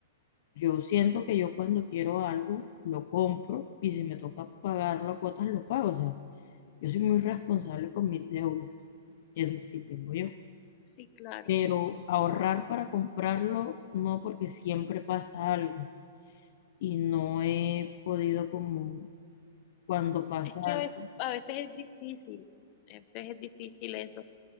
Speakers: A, on the left; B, on the left.
A: Yo siento que yo cuando quiero algo lo compro y si me toca pagarlo a cuotas lo pago. O sea, yo soy muy responsable con mis deudas, eso sí tengo yo.
B: Sí, claro.
A: Pero ahorrar para comprarlo no porque siempre pasa algo y no he podido como cuando pasa
B: Es que
A: algo.
B: a veces, a veces es difícil, a veces es difícil eso.